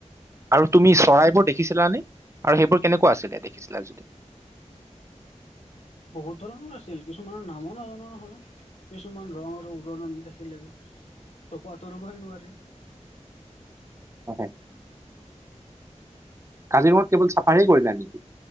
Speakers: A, on the right; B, on the left.
A: আৰু তুমি চৰাইবোৰ দেখিছিলাানে আৰু সেইবোৰ কেনেকুৱা আছিলে দেখিছিলা যদি? <inaudible>
B: বহুত ধৰণৰ আছিল, কিছুমানৰ নামো নাজানো নহয়। কিছুমান ৰং আৰু উৰণ দেখিলে চকু আঁতৰিবহে নোৱাৰে।
A: হয়। কাজিৰঙাত কেৱল চাফাৰীয়ে কৰিলে নেকি?